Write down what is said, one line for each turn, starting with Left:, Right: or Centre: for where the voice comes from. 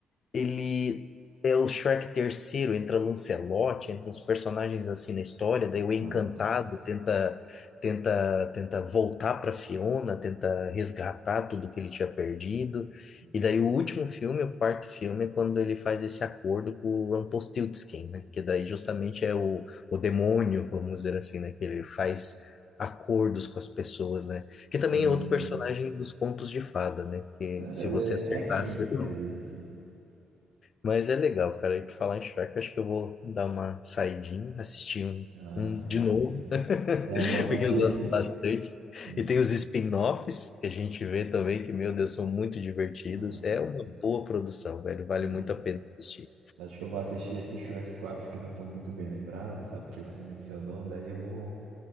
Left: Ele é o Shrek terceiro, entra Lancelot, entra uns personagens assim na história, daí o Encantado
Right: Ah, uns-
Left: tenta tenta tenta voltar para Fiona, tenta resgatar tudo que ele tinha perdido.
Right: uhum.
Left: E daí o último filme, o quarto filme, é quando ele faz esse acordo com o Rumpelstiltskin, né? Que daí justamente é o, o demônio, vamos dizer assim, né? Que ele faz acordos com as pessoas, né? Que
Right: Sim,
Left: também é outro
Right: sim.
Left: personagem dos contos de fada, né? Que
Right: Sério,
Left: se
Right: ele
Left: você acertasse
Right: é é quem seria,
Left: <laughs>
Right: assim?
Left: Mas é legal, cara. E por falar em Shrek, acho que eu vou dar uma saidinha, assistir um,
Right: Ah,
Left: um
Right: sim,
Left: de novo,
Right: pode crer.
Left: <laughs>
Right: É, eu vou assistir
Left: porque eu
Right: esse...
Left: gosto
Right: fi-
Left: bastante.
Right: Sim,
Left: E
Right: sim.
Left: tem os spin-offs que a gente vê também, que, meu Deus, são muito divertidos.
Right: Ah, sim,
Left: É uma
Right: sim.
Left: boa produção, velho. Vale
Right: É,
Left: muito a pena assistir.
Right: acho que eu vou assistir esse Shrek 4 que eu não tô muito bem lembrado, sabe? Que você mencionou, daí eu vou